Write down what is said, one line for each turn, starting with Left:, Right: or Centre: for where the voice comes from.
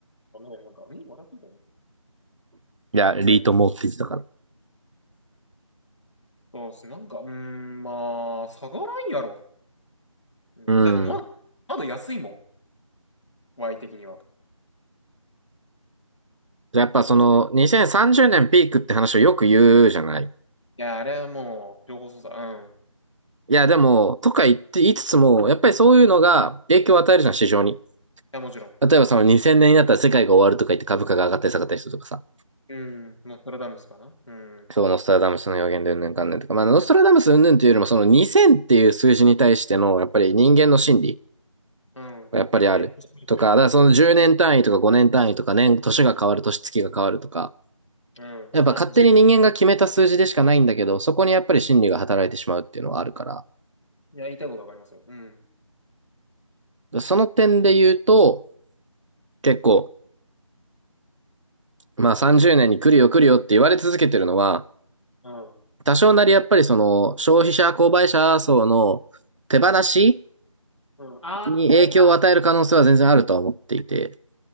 Left: ごめん、なんか、ん笑っていいかな
Right: いや、リートもって言ってたから。
Left: 何そうっす。なんか、うーん、まあ、下がらんやろ。うん。
Right: うん。
Left: だって、まだ、まだ安いもん。Y 的には。
Right: やっぱその、
Left: まあ、そもそも。
Right: 2030年ピークって話をよく言うじゃない。い
Left: いや、あれはもう、情報操作。うん。い
Right: や、でも、とか言って言いつつも、やっぱりそういうのが影響を与えるじゃん、市場に。
Left: や、もちろん。
Right: 例えばその2000年になったら世界が終わるとか言って株価が上がったり下がったりするとかさ。
Left: うん。ノストラダムスかな。うん。
Right: そう、ノストラダムスの予言でうんぬんかんぬんとか。まあ、ノストラダムスうんぬんというよりも、その2000っていう数字に対しての、やっぱり人間の心理。
Left: うん。
Right: やっぱりある。
Left: 大きなね。星降りというか。
Right: とか、だからその10年単位とか5年単位とか年、年が変わる、年月が変わるとか、
Left: うん。
Right: やっぱ勝手に人間が決めた数字でしかないんだけど、
Left: 30。
Right: そこにやっぱり心理が働いてしまうっていうのはあるか
Left: いや、言いたいことわかりますよ。うん。
Right: ら、その点で言うと、結構、まあ30年に来るよ来るよって言われ続けてるのは、
Left: うん。
Right: 多少なりやっぱりその消費者、購買者層の手放し
Left: うん。ああ、
Right: に影響を与える可能性は全然あるとは思っていて、
Left: それか。